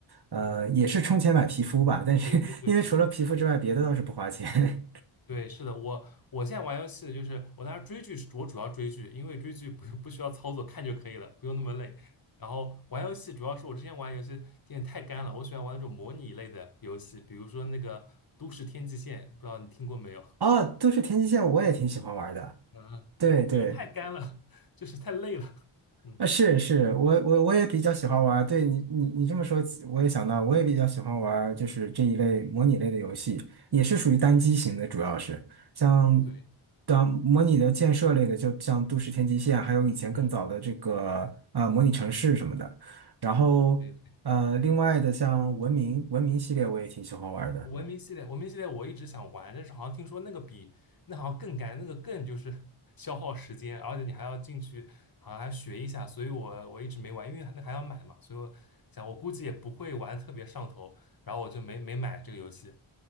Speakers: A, on the right (about 50°); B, on the left (about 45°).
A: 呃，
B: 嗯嗯嗯，
A: 也是充钱买皮肤吧。但是
B: 皮肤，
A: <laughs>
B: 对对对
A: 因为除了皮肤之外，别的倒是不花钱。
B: 对，是的，我我现在玩游戏就是我当时追剧是，我主要追剧，因为追剧不用不需要操作，看就可以了，不用那么累。然后玩游戏主要是我之前玩游戏有点太干了，我喜欢玩那种模拟类的游戏，比如说那个《都市天际线》，不知道你听过没有？
A: <laughs> 哦，都是天际线，我也挺喜欢玩的。
B: 嗯，
A: 对对。
B: <laughs> 就是太干了，<laughs> 就是太累了。<laughs> 嗯
A: 啊，是是，我我我也比较喜欢玩儿。对你你你这么说起我也想到，我也比较喜欢玩儿，就是这一类模拟类的游戏，也是属于单机型的，
B: 嗯，
A: 主要是像
B: 对，
A: 当模拟的建设类的，就像《都市天际线》，还有以前更早的这个呃模拟城市什么的。
B: 嗯嗯。
A: 然后呃，
B: 对。
A: 另外的像《文明》《文明》系列，我也挺喜欢玩儿的。
B: 文明系列，文明系列我一直想玩，但是好像听说那个比那好像更干，那个更就是 <laughs> 消耗时间，而且你还要进去，好像还要学一下，所以我我一直没玩，因为那还要买嘛，所以我想我估计也不会玩特别上头，然后我就没没买这个游戏。